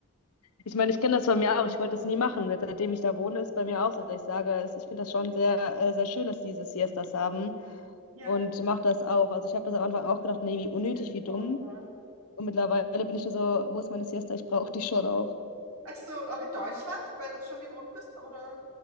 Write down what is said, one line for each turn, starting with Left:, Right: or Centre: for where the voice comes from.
Left: Ich meine, ich kenne das von mir auch. Ich wollte das nie machen. Seitdem ich da wohne, ist bei mir auch so, dass ich sage, es- ich finde das schon sehr, äh, sehr schön, dass die diese Siestas haben
Right: Ja,
Left: und mache das auch. Also ich habe das am Anfang auch gedacht, nee, wie unnötig,
Right: sinnvoll,
Left: wie dumm.
Right: ja.
Left: Und mittlerweile bin ich nur so, wo ist meine Siesta? Ich brauche die schon auch.
Right: Ach so, auch in Deutschland, weil du es schon gewohnt bist, oder